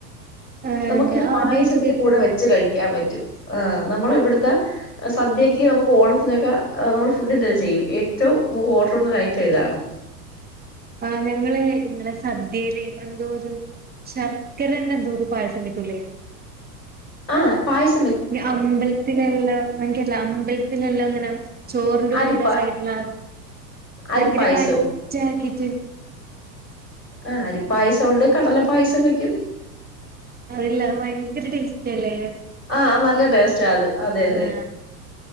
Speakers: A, on the right; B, on the left.
A: ഏഹ്
B: നമക്കിത്
A: ഞാൻ ആദ്യായിട്ട്
B: പായസത്തില്
A: കേൾക്കാണ്.
B: കൂടെ വെച്ച് കഴിക്കാൻ പറ്റും ആഹ് നമ്മള് ഇവിട്ത്തെ സദ്യക്ക് നമുക്ക് ഓണത്തിനൊക്ക നമ്മൾ ഫുഡിന്റെ ഇത് ചെയ്യും ഏറ്റവും നമുക്ക് ഓർഡർ വരുന്നരയിറ്റം ഇതാണ്.
A: ആഹ് ഞങ്ങള് ഇങ്ങളെ സദ്യെല് എന്തോരു ശർക്കരന്റന്തോരു പായസങ്കിട്ടൂലെ.
B: ആഹ് പായസ്
A: അമ്പൽത്തിലെല്ല <unintelligible> അമ്പൽത്തിലെല്ലോങ്ങന ചോർന്റെ
B: അരിപ്പ
A: കൂട സൈഡ്ല
B: അരിപ്പായസവും
A: ഭയങ്കര ടൈറ്റ് ആകീറ്റ്.
B: ആഹ് അരിപായസൊണ്ട് കടലപായസം വെയ്ക്കും.
A: അതല്ല അത് ഭയങ്കര ടേസ്റ്റല്ലേ
B: ആഹ് നല്ല ടേസ്റ്റാത് അതെയതെ
A: ആഹ്